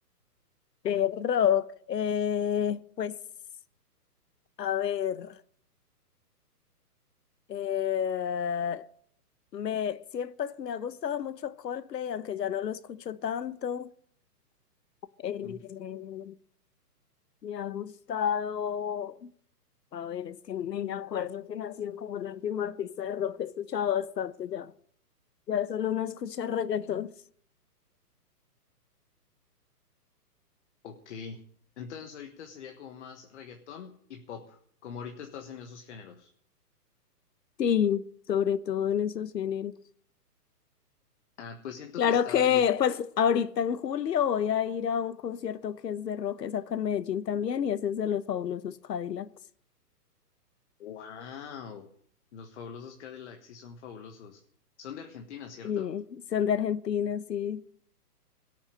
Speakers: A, on the left; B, on the left.
A: De rock. eh, pues, a ver. eh. Me, siempre pues, me ha gustado mucho Coldplay, aunque ya no lo escucho tanto. Eh,
B: Ujú,
A: me ha gustado, a ver, es que ni me acuerdo quién ha sido como el último artista de rock que he escuchado bastante ya. Ya solo uno escucha reggaetón.
B: Ok. Entonces ahorita sería como más reggaetón y pop, como ahorita estás en esos géneros.
A: Sí, sobre todo en esos géneros.
B: Ah, pues siento
A: Claro
B: que está
A: que,
B: de lujo.
A: pues ahorita en julio voy a ir a un concierto que es de rock, es acá en Medellín también, y ese es de los fabulosos Cadillacs.
B: ¡Wow! Los fabulosos Cadillacs sí son fabulosos. Son de Argentina, ¿cierto?
A: Eh, son de Argentina, sí.